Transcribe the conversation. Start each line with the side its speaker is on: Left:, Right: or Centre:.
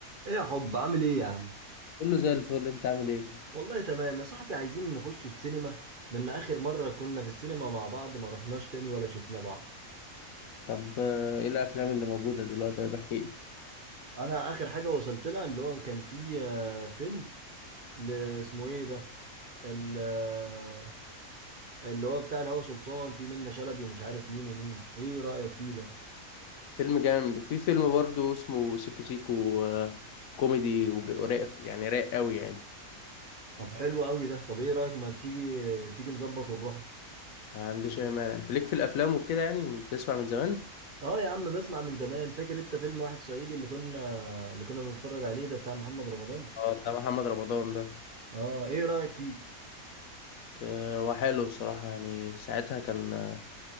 Right: ايه يا حب عامل ايه يا عم
Left: كله زي الفل انت عامل ايه
Right: والله تمام يا صاحبي عايزين نخش السينما من اخر مرة كنا في السينما مع بعض ما رحناش تاني ولا شفنا بعض
Left: طب آه، ايه الافلام اللي موجوده دلوقتي طيب احكي لي
Right: انا اخر حاجة وصلت لها اللي هو كان فيه آه، فيلم ل- اسمه ايه ده ال- آه، اللي هو بتاع الهوى سلطان فيه منة شلبي ومش عارف مين ومين ايه رأيك فيه ده
Left: فيلم جامد وفي فيلم برضه اسمه سيكو سيكو آه، كوميدي وج- ورايق يعني رايق قوي يعني
Right: طب حلو قوي ده طب ايه رأيك ما تيجي آه، تيجي نظبط ونروح له؟
Left: ما عنديش اي مانع انت ليك في الافلام وكده يعني بتسمع من زمان
Right: اه يا عم بسمع من زمان فاكر انت فيلم واحد صعيدي اللي كنا اللي كنا بنتفرج عليه ده بتاع محمد رمضان
Left: اه بتاع محمد رمضان ده
Right: اه ايه رأيك فيه
Left: آه، هو حلو بصراحه يعني ساعتها كان آه،